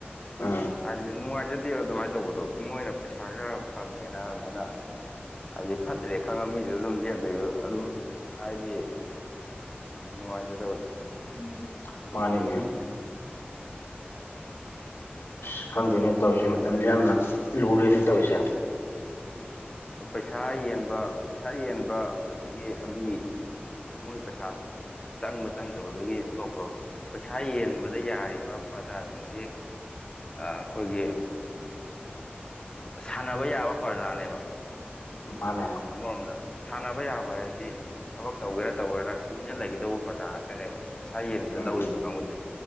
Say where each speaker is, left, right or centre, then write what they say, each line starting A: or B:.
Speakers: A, on the left; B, on the left.
A: ꯎꯝ
B: ꯍꯥꯢꯗꯤ ꯅꯨꯡꯉꯥꯢꯖꯗꯦ ꯑꯗꯨꯃꯥꯢꯅ ꯇꯧꯕꯗꯣ ꯃꯣꯢꯅ ꯄꯩꯁꯥ ꯈꯔ ꯐꯪꯉꯦꯅ ꯑꯗꯨꯃꯥꯢꯅ ꯍꯥꯢꯗꯤ ꯐꯠꯇ꯭ꯔꯦ ꯈꯪꯉ ꯃꯤꯗꯨ ꯑꯗꯨꯝ ꯂꯦꯞ ꯂꯩꯗꯣ ꯑꯗꯨꯝ ꯍꯥꯢꯗꯤ ꯅꯨꯉꯥꯢ ꯖꯗꯕꯗꯣ
A: <unintelligible> ꯃꯥꯅꯤꯅꯦ <unintelligible> ꯈꯪꯗꯦꯅꯦ ꯇꯧꯔꯤꯁꯦ ꯃꯇꯝꯖꯦ ꯌꯥꯝꯅ ꯂꯨꯔꯦꯅꯦ ꯇꯧꯔꯤꯁꯦ
B: ꯄꯩꯁꯥ ꯌꯦꯟꯕ ꯄꯩꯁꯥ ꯌꯦꯟꯕ ꯑꯗꯒꯤ ꯑꯗꯨꯒꯤ ꯃꯣꯏ ꯄꯩꯁꯥ ꯆꯪꯕ ꯆꯪꯗꯕꯗꯨꯒꯤ ꯇꯣꯛꯈ꯭ꯔꯣ ꯄꯩꯁꯥ ꯌꯦꯟꯕꯗ ꯌꯥꯔꯤꯕ ꯄ꯭ꯔꯖꯥꯁꯤꯡꯖꯤ ꯑ-ꯑꯩꯈꯣꯏꯒꯤ ꯁꯥꯟꯅꯕ ꯌꯥꯕ ꯄ꯭ꯔꯖꯥꯅꯦꯕ
A: ꯃꯥꯅꯦ
B: ꯑꯃꯔꯣꯝꯗ ꯁꯥꯟꯅꯕ ꯌꯥꯕ ꯍꯥꯏꯗꯤ ꯊꯕꯛ ꯇꯧꯒꯦꯔꯥ ꯇꯧꯔꯣꯢꯔꯥ ꯇꯨꯃꯤꯟꯅ ꯂꯩꯒꯗꯧꯕ ꯄ꯭ꯔꯖꯥ ꯉꯥꯛꯇꯅꯦꯕ ꯄꯩꯁꯥ ꯌꯦꯟꯕꯗ
A: ꯎꯝ
B: ꯂꯧꯔꯤꯕ ꯀꯥꯡꯕꯨꯖꯤ